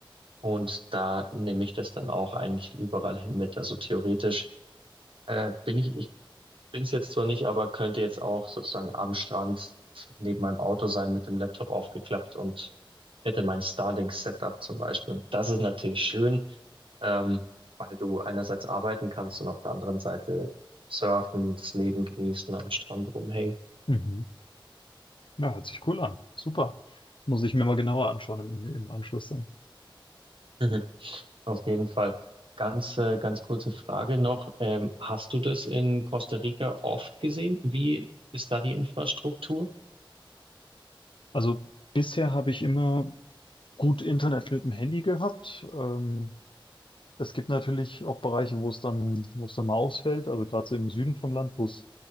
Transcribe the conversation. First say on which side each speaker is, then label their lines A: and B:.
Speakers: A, on the right; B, on the left.
A: Und da nehme ich das dann auch eigentlich überall hin mit. Also theoretisch äh, bin ich bin es jetzt zwar nicht, aber könnte jetzt auch sozusagen am Strand neben meinem Auto sein, mit dem Laptop aufgeklappt und hätte mein Starlink-Setup zum Beispiel. Und das ist natürlich schön, ähm, weil du einerseits arbeiten kannst und auf der anderen Seite surfen, das Leben genießen, am Strand rumhängen.
B: Mhm. Ja, hört sich cool an. Super. Muss ich mir mal genauer anschauen im, im Anschluss dann.
A: Mhm. <laughs> Auf jeden Fall. Ganz, äh, ganz kurze Frage noch. Ähm, hast du das in Costa Rica oft gesehen? Wie ist da die Infrastruktur?
B: Also bisher habe ich immer gut Internet mit dem Handy gehabt. Ähm, es gibt natürlich auch Bereiche, wo es dann, wo es dann mal ausfällt. Also gerade so im Süden vom Land, wo es